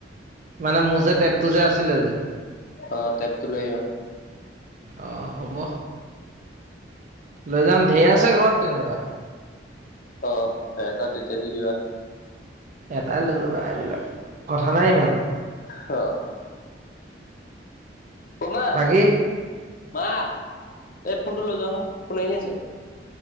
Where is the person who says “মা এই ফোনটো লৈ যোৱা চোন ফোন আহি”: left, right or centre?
Left